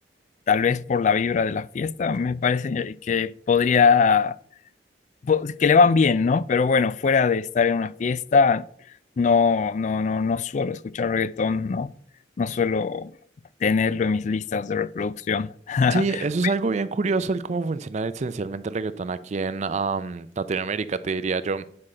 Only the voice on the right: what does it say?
Sí, eso es algo bien curioso, el cómo funciona esencialmente el reggaetón aquí en am, Latinoamérica, te diría yo.